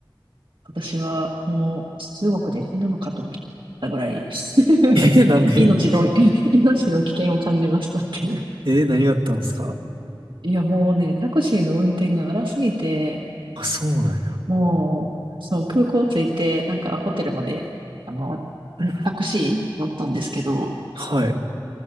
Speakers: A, on the right (about 70°); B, on the right (about 85°).
A: 私はもう中国で死ぬのかと思ったぐらい、<laughs>
B: <laughs> え、なんで
A: 命の、
B: <laughs>
A: <laughs> 命の危険を感じましたっていう。
B: えー、何があったんですか
A: いや、もうね、タクシーの運転が荒すぎて、
B: あ、そうなんや。
A: もう、そう、空港着いて、なんかホテルまで、あの、
B: うん
A: タクシー乗ったんですけど、
B: はい。